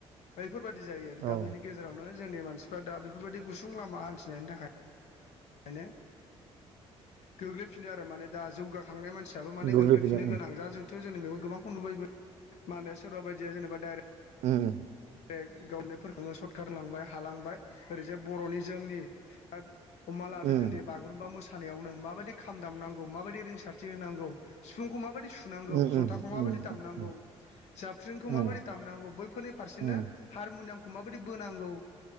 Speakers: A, on the left (about 85°); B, on the right (about 80°).
A: बेफोरबायाददि जायो आरो दा
B: औ
A: बेनि गेजेरावनो जोंनि मानसिफ्रा दा बेफोरबायदि गुस सुं लामा हान्थिनायनि थाखाय नो गोग्लैफिनो आरो माने दा जौगाखांनाय मान सियाबो माने
B: गोग्लैफिनो
A: गोग्लैफिननो गोनां जा जोंथ' जोंनि <unintelligible> गोबांखौ नुबायबो मानो सोरबा बायदिया जेनेबा डाइरेक्ट
B: उम उम
A: <unintelligible> गावनायफोरखौनो सर्टकाट होलांबाय हालांबाय ओरैजाय बर'नि जोंनि हमना लादो
B: उम
A: जोंनि बागुरुम्बा मोसानायावनो माबायदि खाम दामनांगौ माबायदि रिंसारथि होनांगौ सिफुंखौ माबायदि सुनांगौ
B: उम
A: जथाखौ
B: उम
A: माबायदि
B: उम
A: दामनांगौ
B: उम
A: जाफ्रिंखौ
B: उम
A: माबायदि दामनांगौ बैफोरनि <unintelligible>
B: उम
A: हारमुनियामखौ माबायदि बोनांगौ